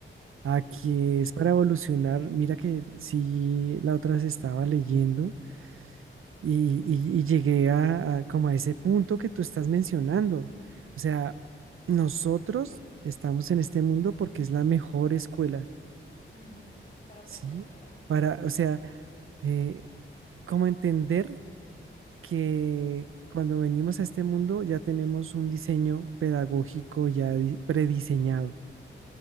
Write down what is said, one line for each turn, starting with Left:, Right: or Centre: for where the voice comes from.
Right: a que es para evolucionar, mira que sí, la otra se estaba leyendo Y, y- y llegué a, a como a ese punto que tú estás mencionando. O sea, nosotros estamos en este mundo porque es la mejor escuela,
Left: Ujú. Para aprender,
Right: ¿sí?
Left: claro.
Right: Para, o sea, eh, como entender que cuando venimos a este mundo ya tenemos un diseño pedagógico ya di- prediseñado.